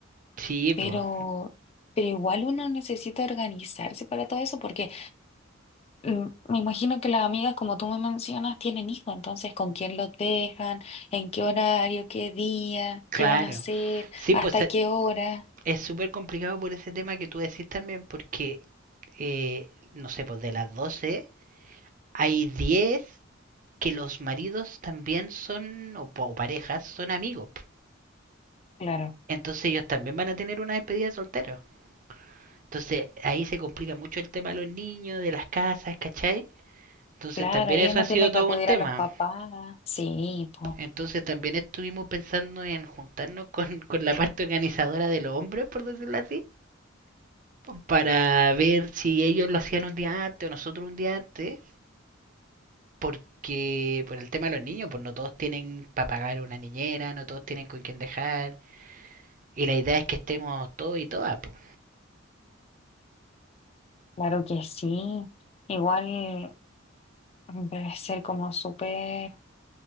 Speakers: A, on the right; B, on the left.
A: sí, pues,
B: Pero, pero igual uno necesita organizarse para todo eso porque... Mm, Me imagino que las amigas, como tú me mencionas, tienen hijos, entonces con quién los dejan, en qué horario, qué día,
A: claro.
B: qué van a hacer,
A: Sí,
B: hasta
A: pues e-
B: qué hora.
A: es súper complicado por ese tema que tú decís también, porque, eh, no sé, pues de las 12 hay 10 que los maridos también son, o, pa- o parejas, son amigos. po.
B: Claro,
A: Entonces ellos también van a tener una despedida de soltero. Entonces ahí se complica mucho el tema de los niños, de las casas, ¿cachai? Entonces
B: claro,
A: también
B: ahí
A: eso
B: uno
A: ha sido
B: tiene
A: todo
B: que acudir
A: un tema.
B: a los papás. Sí, pues,
A: Entonces también estuvimos pensando en juntarnos con, con la parte organizadora de los hombres, por decirlo así para ver si ellos lo hacían un día antes o nosotros un día antes, porque por el tema de los niños, pues no todos tienen para pagar una niñera, no todos tienen con quién dejar, y la idea es que estemos todos y todas, pues.
B: claro que sí. Igual debe ser como súper